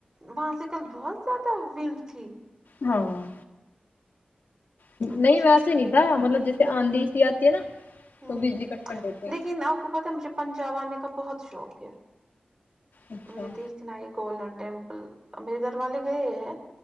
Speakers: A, on the right; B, on the left.
A: وہاں سے کل بہت زیادہ ونڈ تھی
B: ہاں نہیں
A: اچھا
B: ویسے
A: ٹھیک
B: نہیں تھا مطلب جس آندی سی آتی ہے نا
A: ہوں
B: تو بجلی کٹ کر دیتی ہیں
A: لیکن آپ کو پتہ ہے مجھے پنجاب آنے کا بہت شوق ہے
B: اچھا
A: مجھے دیکھ اکھنا ہی گولڈن ٹیمپل امیر گھر والے گئے ہے